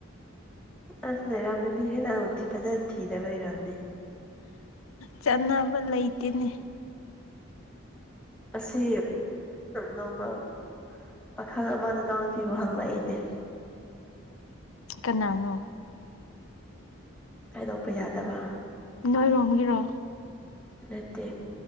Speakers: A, in the centre; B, on the left.
A: ꯑꯥ ꯂꯩꯔꯝꯒꯅꯤ ꯍꯦ ꯅꯪ ꯐꯖꯅ ꯊꯤꯗꯕ ꯔꯝꯅꯤ
B: ꯆꯅꯕ ꯂꯩꯇꯦꯅꯦ
A: ꯑꯁꯤ ꯅꯣꯡꯃ ꯄꯥꯈꯪ ꯑꯃ ꯅꯅꯥꯎꯅꯨꯄꯤꯕꯨ ꯍꯪꯂꯛꯏꯅꯦ
B: ꯀꯅꯥꯅꯣ
A: ꯍꯥꯏꯗꯣꯛꯄ ꯌꯥꯗꯕ
B: ꯅꯣꯏꯔꯣꯝꯒꯤꯔꯣ
A: ꯅꯠꯇꯦ